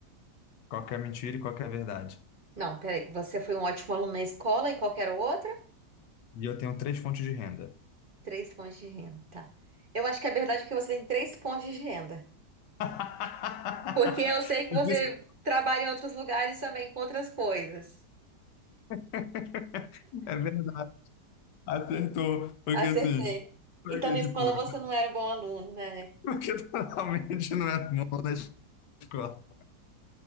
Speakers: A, on the left; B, on the right.
A: Qualquer mentira e qualquer verdade.
B: Não, peraí. Você foi um ótimo aluno na escola e qual que era a outra?
A: E eu tenho três fontes de renda.
B: Três fontes de renda, tá. Eu acho que a verdade é que você tem três fontes de renda.
A: <laughs>
B: Porque eu sei que
A: E
B: você
A: por Isso
B: trabalha em outros lugares também com outras coisas.
A: <laughs> É verdade. Acertou. Porque
B: Acertei.
A: assim, porque
B: Então, na
A: tipo,
B: escola você
A: eu falei,
B: não era um bom aluno, né?
A: <laughs> porque totalmente não é bom na escola.